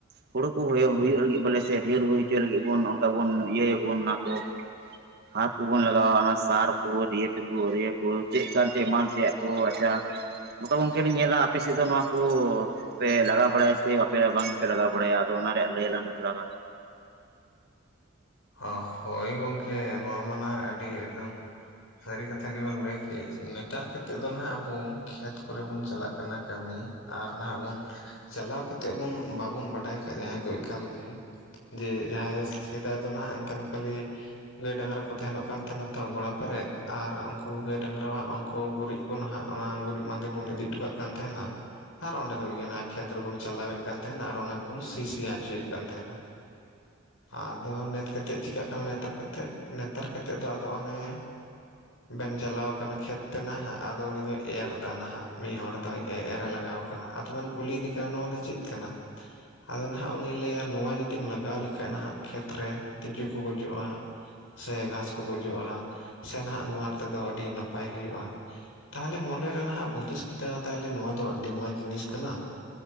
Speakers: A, on the right; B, on the left.
A: ᱦᱩᱲᱩ ᱠᱩ ᱦᱚᱭᱚ ᱦᱩᱭᱩᱜ ᱞᱟᱹᱜᱤᱜ ᱵᱚᱞᱮ ᱥᱮ ᱰᱷᱮᱨ ᱦᱩᱭ ᱪᱚᱭ ᱞᱟᱹᱜᱤᱜ ᱵᱚᱱ ᱚᱱᱠᱟ ᱵᱚᱱ ᱤᱭᱟᱹᱭᱟᱵᱚᱱ ᱚᱱᱟ ᱠᱚ᱾ ᱦᱟᱯ ᱠᱚᱵᱚᱱ ᱞᱟᱜᱟᱣᱟ ᱚᱱᱟ ᱥᱟᱨ ᱠᱳ ᱰᱤᱭᱮᱯᱤ ᱠᱳ ᱩᱨᱭᱟᱹ ᱠᱩ ᱪᱮᱜᱠᱟᱱ ᱪᱮ ᱮᱢᱟᱱ ᱛᱮᱭᱟᱜ ᱠᱚ ᱟᱪᱷᱟ ᱱᱚᱠᱟ ᱜᱚᱝᱠᱮ ᱞᱤᱧ ᱧᱮᱞᱟ ᱟᱯᱮ ᱥᱮᱡ ᱫᱚ ᱱᱚᱣᱟ ᱠᱚ ᱯᱮ ᱞᱟᱜᱟᱣ ᱵᱟᱲᱟᱭᱟ ᱥᱮ ᱵᱟᱯᱮ ᱵᱟᱝ ᱯᱮ ᱞᱟᱜᱟᱣ ᱵᱟᱲᱟᱭᱟ ᱟᱫᱚ ᱚᱱᱟ ᱨᱮᱭᱟᱜ ᱞᱟᱹᱭ ᱟᱞᱟᱝ ᱢᱮ ᱛᱷᱩᱲᱟ ᱜᱟᱱ?
B: ᱦᱚ-ᱦᱳᱭ ᱜᱚᱝᱠᱮ ᱱᱚᱣᱟ ᱢᱟ ᱱᱟᱦᱟᱜ ᱟᱹᱰᱤ ᱮᱠᱫᱚᱢ ᱥᱟᱹᱨᱤ ᱠᱟᱛᱷᱟ ᱜᱮᱵᱮᱱ ᱞᱟᱹᱭ ᱠᱮᱜ ᱱᱮᱛᱟᱨ ᱠᱮᱛᱮᱜ ᱫᱚ ᱱᱟᱦᱟᱜ ᱟᱵᱚ ᱠᱷᱮᱛ ᱠᱚᱨᱮ ᱵᱚᱱ ᱪᱟᱞᱟᱜ ᱠᱟᱱᱟ ᱠᱟᱹᱢᱤ ᱟᱨ ᱱᱟᱦᱟᱜ ᱵᱩᱱ ᱪᱟᱞᱟᱣ ᱠᱟᱛᱮᱜ ᱵᱚᱱ ᱵᱟᱵᱩᱱ ᱵᱟᱰᱟᱭ ᱠᱷᱟᱡ ᱡᱟᱦᱟᱸᱭ ᱠᱚ ᱮᱠᱟᱞ ᱜᱮ ᱡᱮ ᱡᱟᱦᱟᱸᱭ ᱫᱚ ᱥᱮ-ᱥᱮᱫᱟᱭ ᱫᱚ ᱱᱟᱦᱟᱜ ᱮᱱᱛᱮᱱ ᱠᱷᱟᱹᱞᱤ ᱜᱟᱹᱭ ᱰᱟᱝᱨᱟ ᱠᱚ ᱛᱟᱦᱮᱸᱱᱚᱜ ᱠᱟᱱ ᱛᱟᱦᱮᱸᱱᱟ ᱛᱚ ᱜᱚᱲᱟ ᱯᱮᱨᱮᱜ ᱟᱨ ᱩᱝᱠᱩ ᱜᱟᱹᱭ ᱰᱟᱝᱨᱟᱣᱟᱜ ᱚᱝᱠᱩ ᱜᱩᱨᱤᱜ ᱠᱚ ᱱᱟᱦᱟᱜ ᱚᱱᱟ ᱜᱩᱨᱤᱡ ᱵᱟᱸᱫᱮ ᱵᱚᱱ ᱤᱫᱤ ᱴᱩᱠᱟᱜ ᱠᱟᱱ ᱛᱟᱦᱮᱱᱟ᱾ ᱟᱨ ᱚᱸᱰᱮ ᱠᱷᱚᱡ ᱜᱮ ᱚᱱᱟ ᱠᱷᱮᱛ ᱨᱮᱵᱚᱱ ᱪᱟᱞᱟᱣᱮᱜ ᱠᱟᱱ ᱛᱟᱦᱮᱱᱟ ᱟᱨ ᱚᱱᱟ ᱠᱩᱱ ᱥᱤ-ᱥᱤᱭᱟᱜ ᱪᱩᱭᱮᱜ ᱠᱟᱱ ᱛᱟᱦᱮᱱᱟ᱾ ᱟᱫᱚ ᱱᱮᱛ ᱠᱟᱛᱮᱜ ᱪᱮᱠᱟᱹᱜ ᱠᱟᱱᱟ ᱱᱮᱛᱟᱨ ᱠᱟᱛᱮᱜ ᱱᱮᱛᱟᱨ ᱠᱟᱛᱮᱜ ᱫᱚ ᱟᱫᱚ ᱚᱱᱮ ᱵᱮᱱ ᱡᱟᱞᱟᱣ ᱠᱟᱱᱟ ᱠᱷᱮᱛ ᱛᱮ ᱱᱟ ᱦᱟᱜ ᱟᱫᱚ ᱩᱱᱤ ᱫᱚᱭ ᱮᱨ ᱫᱟ ᱱᱟᱦᱟᱜ ᱢᱤᱜ ᱦᱚᱲ ᱫᱚᱭ ᱮ-ᱮᱨ ᱞᱟᱜᱟᱣ ᱠᱟᱱᱟ ᱟᱫᱚᱵᱮᱱ ᱠᱩᱞᱤᱭ ᱤᱫᱤ ᱠᱟᱱᱟ, ᱱᱚᱣᱟ ᱫᱚ ᱪᱮᱫ ᱠᱟᱱᱟ? ᱟᱫᱚ ᱱᱟᱦᱟᱸᱜ ᱩᱱᱤ ᱞᱟᱹᱭᱟ ᱱᱚᱣᱟ ᱡᱩᱫᱤᱢ ᱞᱟᱜᱟᱣ ᱞᱮᱠᱷᱟᱡ ᱱᱟᱦᱟᱸᱜ ᱠᱷᱮᱛ ᱨᱮ ᱛᱤᱡᱩ ᱠᱚ ᱜᱚᱡᱚᱜᱼᱟ᱾ ᱥᱮ ᱜᱷᱟᱥ ᱠᱚ ᱜᱚᱡᱚᱜᱼᱟ ᱥᱮ ᱱᱟᱦᱟᱸᱜ ᱱᱚᱣᱟ ᱛᱮᱫᱚ ᱟᱹᱰᱤ ᱱᱟᱯᱟᱭ ᱦᱩᱭᱩᱜᱼᱟ, ᱛᱟᱦᱚᱞᱮ ᱢᱚᱱᱮᱨᱮ ᱱᱟᱜᱦᱟᱸᱜ ᱦᱩᱫᱤᱥ ᱠᱮᱫᱟ ᱛᱟᱦᱚᱞᱮ ᱱᱚᱣᱟ ᱫᱚ ᱟᱹᱰᱤ ᱢᱚᱸᱡ ᱡᱤᱱᱤᱥ ᱠᱟᱱᱟ